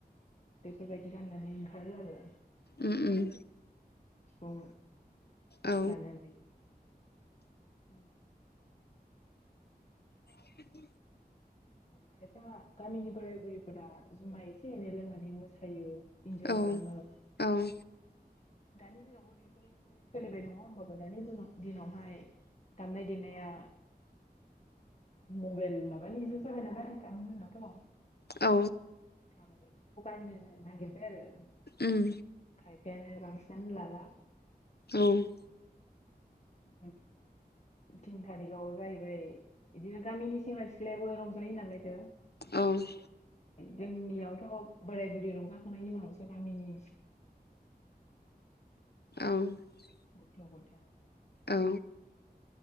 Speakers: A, on the left (about 45°); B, on the left (about 75°).
A: बेफोर बिदि गाननानै ओंखारो आरो
B: उम उम
A: <unintelligible> अ
B: औ
A: लानानैै उम
B: <inaudible>
A: खायफा गामिनि बोराय बुरैफोरा जुमाय एसे एनै लोंनानै मोसायो इन्जय
B: औ
A: खालामो
B: औ
A: दानि दिनाव <unintelligible> <unintelligible> दिनावहाय दामनाय देनाया मबाइल माबानि जाबाय नालाय दानाथ'
B: औ
A: <unintelligible>
B: उम
A: खायफायानो बांसिनानो लाला
B: औ
A: <unintelligible> तिन थारिखाव जाहैबाय बिदिनो गामिनि सेंग्रा सिख्लायाबो रंजानायायो होनलायथो
B: औ
A: जोंनियावथ' बोराय बुरै रंजाखांनायनि उनावसो गामिनि
B: <unintelligible>
A: गथ गथाय
B: औ